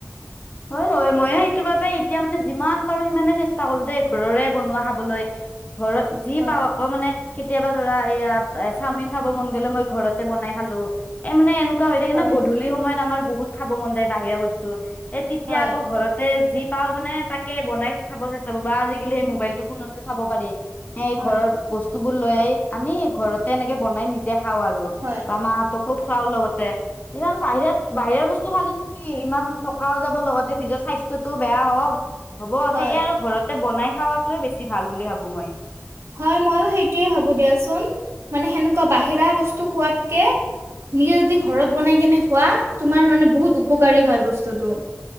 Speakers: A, on the left; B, on the right.
A: হয় হয় ময়ো সেইটোৰ বাবে এতিয়া মানে যিমান পাৰো সিমানে চেষ্টা কৰো দেই ঘৰৰে বনোৱা খাবলৈ। ঘৰত- যি
B: হয়
A: পাওঁ আকৌ মানে কেতিয়াবা ধৰা এয়া চাওমিন খাব মন গলে মই ঘৰতে বনাই খালো। এ মানে এনেকোৱা হৈ থাকে
B: হয়
A: ন গধূলি সময়ত আমাৰ বহুত খাব মন যায় বাহিৰা বস্তু। এই তেতিয়া
B: হয়
A: আকৌ ঘৰতে যি পাওঁ মানে তাকে বনাই খাব চেষ্টা কৰো বা আজিকালি সেই মোবাইলটো ফোনতে চাব পাৰি। এই
B: হয়
A: ঘৰত বস্তুবোৰ লৈ আনি ঘৰতে এনেকে বনাই নিজে খাওঁ আৰু।
B: হয়।
A: বা মাহঁতকো খোৱাও লগতে ইমান বাহিৰত বাহিৰৰ বস্তু খালেনো কি ইমান টকাও যাব লগতে নিজৰ স্বাস্থ্যটোও বেয়া হওক হ'ব
B: হয়
A: সেয়ে আৰু ঘৰ তে বনাই খোৱাতোৱে বেছি ভাল বুলি ভাবো মই।
B: হয় ময়ো সেইটোয়ে ভাবো দিয়াচোন মানে সেনেকোৱা বাহিৰা বস্তু খোৱাতকে নিজে যদি ঘৰত বনাই কেনে খোৱা তোমাৰ মানে বহুত উপকাৰী হয় বস্তুটো।